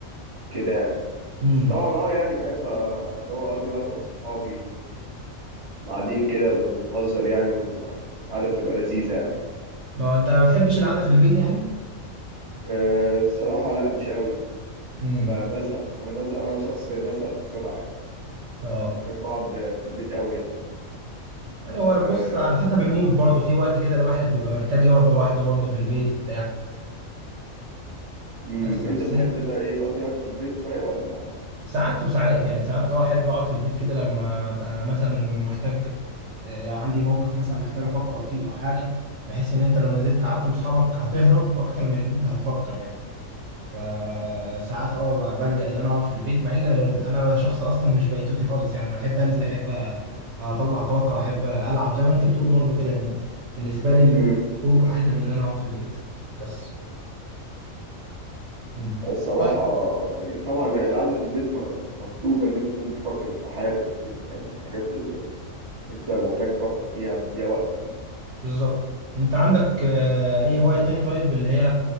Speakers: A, on the right; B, on the right.
A: وكده يعني
B: امم
A: بس طبعا اه يعني بحب آه، اللي هو اقضي وقت مع صحابي وبعدين كده ب- بنهزر يعني وبنبقى- القعده بتبقى لذيذه يعني
B: ما هو انت ما بتحبش القعده في البيت يعني
A: آه، الصراحه لا مش قوي
B: امم
A: ب- بزهق انا بزهق انا شخص بزهق بسرعه يعني
B: اه
A: مش بحب اقعد آه، في البيت قوي يعني
B: يعني هو
A: أه...
B: بص على حسب المود برضه في وقت كده الواحد بيبقى محتاج يقعد لوحده برضه في البيت وبتاع
A: مم.
B: بس بس
A: انت بتحب
B: انت
A: ت- ايه تقضي وقت في البيت شويه ولا
B: ساعات وساعات يعني ساعات اه احب اقعد في البيت كده لما ابقى مثلا محتاج آه، عندي موقف مثلا محتاج افكر فيه او حاجه بحيث ان انت لو نزلت قعدت مع اصحابك هتهرب اكتر من ان انت هتفكر يعني فساعات اه ب- بلجأ ان انا اقعد في البيت مع ان انا شخص اصلا مش بيتوتي خالص يعني انا بحب انزل احب اطلع طاقه احب العب زي ما انت بتقول برضو كده يعني بالنسبه لي الخروج
A: مم.
B: احلى من ان انا اقعد في البيت بس مم.
A: الصراحة
B: طيب
A: يعني طبعا القعدة في البيت م- مطلوبة إن أنت تكون بتفكر في حياتك كده يعني الحاجات اللي أنت محتاج تفكر فيها تديها وقت يعني
B: بالظبط انت عندك آه، اي هواية تاني طيب اللي هي